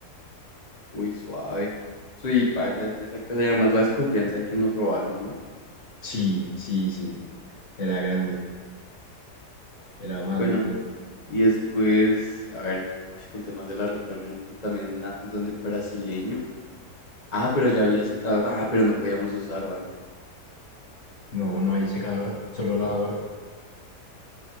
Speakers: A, on the left (about 25°); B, on the left (about 50°).
A: Uy, suave. Uy, paila, esa casa y además la desconfianza de que nos robaran, ¿no?
B: Sí, sí, sí, era grande, era maluco.
A: Bueno, y después, a ver, uy, con temas de la ropa, yo me acuerdo también en, la- en donde el brasileño. Ah, pero ya había secadora. Ah, pero no podíamos usarla.
B: No, no hay secadora, solo lavadora.